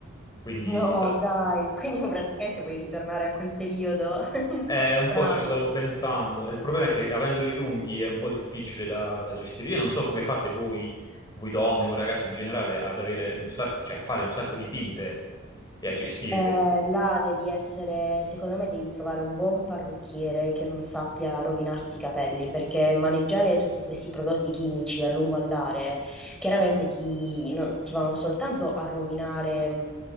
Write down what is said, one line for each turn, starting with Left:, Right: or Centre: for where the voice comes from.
Left: Quindi
Centre: No,
Left: sta-
Centre: dai,
Left: s-
Centre: quindi praticamente vuoi ritornare a quel periodo <laughs> un
Left: eh,
Centre: po' strano.
Left: un po' ci stavo pensando. E il problema è che avendoli lunghi è un po' difficile da, da gestire. Io non so come fate voi, voi donne, voi ragazzi in generale, ad avere un sacco, cioè a fare un sacco di tinte e a gestirveli.
Centre: Eh, là devi essere, secondo me devi trovare un buon parrucchiere che non sappia rovinarti i capelli, perché maneggiare tutti questi prodotti chimici a lungo andare chiaramente ti, no- ti vanno soltanto a rovinare mh,